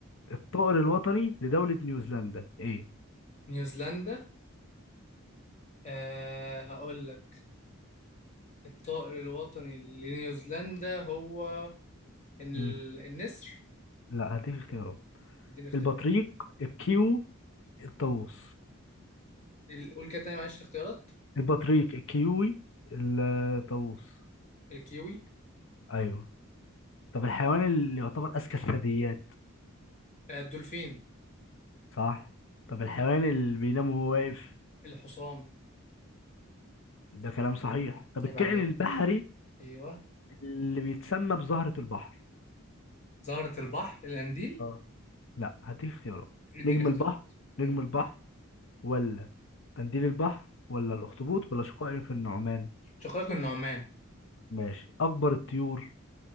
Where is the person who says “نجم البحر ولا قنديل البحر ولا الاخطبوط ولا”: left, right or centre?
Left